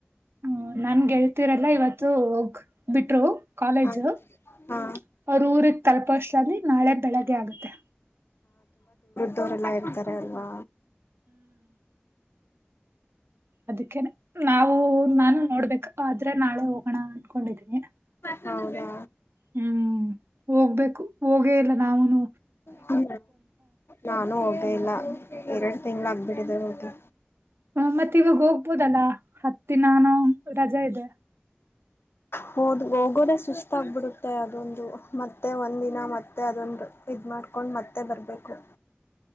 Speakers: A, on the right; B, on the left.
A: ಹ ನನ್ ಗೆಳ್ತೀರಲ್ಲ ಇವತ್ತು ಹೋಗ ಬಿಟ್ರು ಕಾಲೇಜ್
B: ಹ
A: ಅವ್ರ
B: ಹಾ
A: ಊರಿಗ್ ತಲುಪೋಷ್ಟ್ರಲ್ಲಿ ನಾಳೆ ಬೆಳಗ್ಗೆ ಆಗುತ್ತೆ
B: ದೋರೆಲ್ಲಾ ಇರ್ತಾರೆ ಅಲ್ವಾ
A: ಅದಕ್ಕೆ ನಾವು ನಾನು ನೋಡ್ಬೇಕ ಆದ್ರೆ ನಾಳೆ ಹೋಗೋಣ ಅನ್ಕೊಂಡಿದೀನಿ
B: ಹೌದಾ
A: ಹ್ಮ್ ಹೋಗ್ಬೇಕು ಹೋಗೇ ಇಲ್ಲ ನಾವನು
B: ಹ ನಾನು ಇಲ್ಲ ಎರಡು ತಿಂಗ್ಳ ಆಗ್ಬಿಟ್ಟಿದೆ ಹೋಗಿ
A: ನಮ್ಮತ್ತ ಇವಾಗ ಹೋಗ್ಬೋದಲ್ಲ ಹತ್ತಿನಾ ರಜೆ ಇದೆ
B: ಹೋದ್ ಹೋಗೋದೇ ಸುಸ್ತಾಗಬಿಡುತ್ತೆ ಅದೊಂದು ಮತ್ತೆ ಒಂದಿನ ಮತ್ತೆ ಅದೊಂದು ಇದ ಮಾಡ್ಕೊಂಡು ಮತ್ತೆ ಬರಬೇಕು